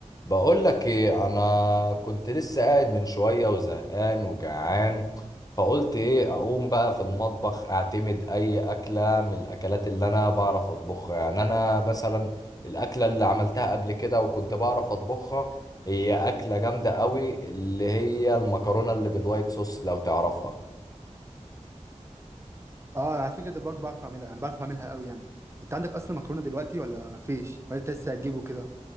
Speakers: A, on the left; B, on the right.
A: بقول لك ايه انا كنت لسه قاعد من شويه وزهقان وجعان فقلت ايه اقوم بقى في المطبخ اعتمد اي اكله من الاكلات اللي انا بعرف اطبخها يعني انا مثلا الاكله اللي عملتها قبل كده وكنت بعرف اطبخها هي اكله جامده قوي اللي هي المكرونه اللي بالوايت صوص لو تعرفها
B: اه على فكره ده برضو بعرف اعملها يعني بعرف اعملها قوي يعني انت عندك اصلا مكرونه دلوقتي ولا مفيش ولا انت لسه هتجيبه كده